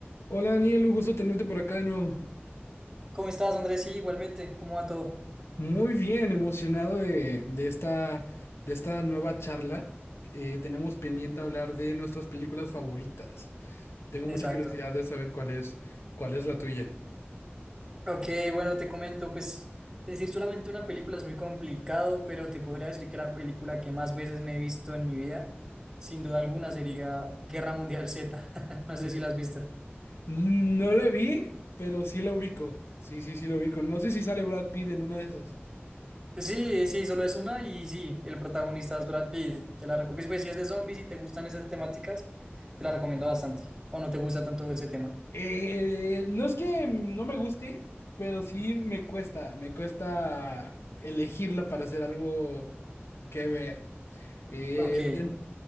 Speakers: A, on the left; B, on the right.
A: Hola Daniel, un gusto tenerte por acá de nuevo.
B: ¿Cómo estás, Andrés? Sí, igualmente, ¿cómo va todo?
A: Muy bien, emocionado de, de esta, de esta nueva charla. Eh, tenemos pendiente hablar de nuestras películas favoritas. Tengo
B: Exacto.
A: mucha curiosidad de saber cuál es, cuál es la tuya.
B: Ok, bueno, te comento, pues decir solamente una película es muy complicado, pero te podría decir que la película que más veces me he visto en mi vida, sin duda alguna, sería Guerra Mundial Z. <laughs> No sé si la has visto.
A: No la vi, pero sí la ubico. Sí, sí, sí la ubico. No sé si sale Brad Pitt en una de esas.
B: Sí, sí, solo es una y sí, el protagonista es Brad Pitt. Te la recomiendo, pues si es de zombies y te gustan esas temáticas, te la recomiendo bastante. O no te gusta tanto ese tema.
A: Eh, no es que no me guste, pero sí me cuesta, me cuesta elegirla para hacer algo que ver. Eh,
B: Ok.
A: em-